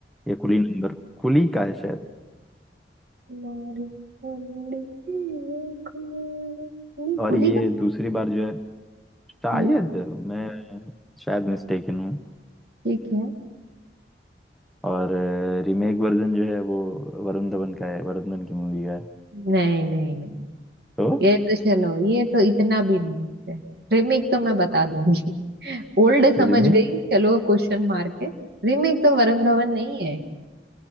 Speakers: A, in the centre; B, on the right (about 60°).
A: या कुली नंबर कुली का है शायद
B: मारे ओ लड़की आंख मारे नहीं
A: और
B: भूली
A: ये
B: का
A: दूसरी बार जो है शायद
B: हम्म
A: मैं शायद मिस्टेकन हूँ
B: ठीक है
A: और रीमेक वर्जन जो है वो वरुण धवन का है वरुण धवन की मूवी का है
B: नहीं नहीं नहीं
A: तो
B: ये तो चलो ये तो इतना भी नहीं है रिमेक तो मैं बता दूंगी <laughs> ओल्ड समझ
A: रीमेक
B: गई चलो क्वेश्चन मार के रिमेक तो वरुण धवन नहीं है